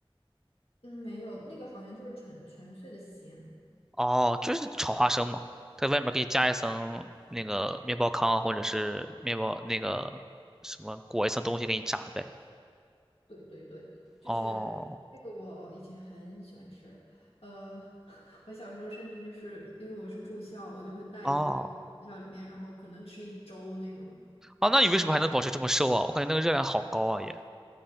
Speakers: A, on the left; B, in the centre.
A: 嗯，没有，那个好像就是纯纯粹的咸。
B: 哦，就是炒花生嘛，在外面可以加一层那个面包糠或者是面包那个什么裹一层东西给你炸呗。
A: 对对对，就是那个我以前很喜欢吃，
B: 哦。
A: 呃，<laughs> 我小时候甚至就是因为我是住校，我就会带一包学校里面，
B: 哦。
A: 然后可能吃一周那种。
B: 啊，那你为什么还能保持这么瘦啊？我感觉那个热量好高啊也，